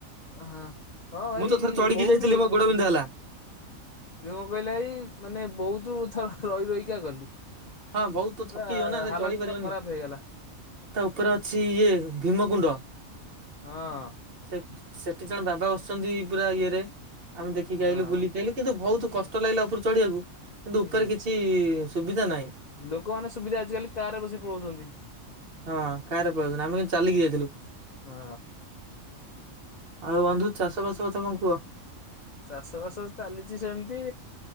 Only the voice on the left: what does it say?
ହଁ ଭାଇ
ବହୁତ
ଯେ କଣ କହିଲେ ଭାଇ ମାନେ ବହୁତ ଥର ରହି ରହିକା ଗଲୁ।
ପୁରା
ହାଲତ
ପୁରା ଖରାପ ହେଇଗଲା।
ହଁ।
ହଁ
ହୁଁ
ହୁଁ
ଲୋକମାନେ ସୁବିଧା ଆଜିକାଲି କାର ରେ ବସି ପଳାଉଛନ୍ତି।
ହଁ
ଚାଷ ବାସ ଚାଲିଛି ସେମିତି